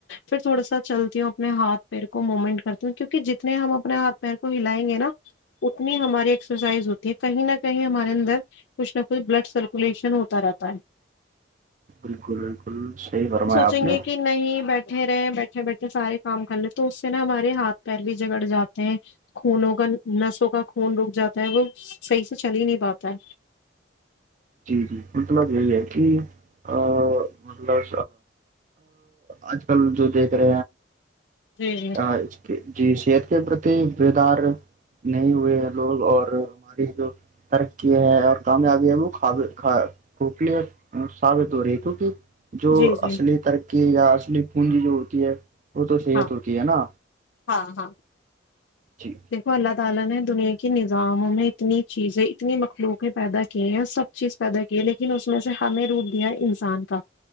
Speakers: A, on the left; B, on the right.
A: پھر تھوڑا سا چلتی ہوں اپنے ہاتھ پیر کو مومنٹ کرتی ہوں کیوںکہ جتنے ہم اپنے ہاتھ پیر کو ہلائیں گے نا اتنی ہماری ایکسرسائز ہوتی ہے کہیں نہ کہیں ہمارے اندر کچھ نہ کچھ بلڈ سرکولیشن ہوتا رہتا ہے
B: بالکل بالکل صحی فرمایا آپ
A: چیں
B: نے
A: گے کہ نہیں بیٹھے بیٹھے رہے ہیں بیٹھے بیٹھے سارے کام کر لیں تو اس سے نا ہمارے ہاتھ پیر بھی جگڑ جاتے ہیں خونوں کا نسوں کا خون رک جاتا ہے وہ صحیح سے چل ہی نہیں پاتا ہے
B: جی جی مطلب یہ ہے کہ ا مطلب اج کل جو دیکھ <unintelligible>
A: جی جی
B: آ، اس جی صحت کے پرتی بیدار نہیں ہوئے ہیں لوگ اور ہماری جو ترقی ہے اور کامیابی ہے وہ اب کپلی ثابت ہو رہی ہے کیونکہ جو
A: جی جی
B: اصلی ترق کہ ار اسلی پونجی جو ہوتی ہے وہ تو صحت
A: ہاں
B: ہوتی ہے نا
A: ہاں ہاں
B: جی
A: <unintelligible> تعالی نے دنیا کے نظاموں میں اتنی چیزیں اتنی مخلوقیں پیدا کی ہیں سب چیز پیدا کی لیکن اس میں سے ہمیں روپ دیا انسان کا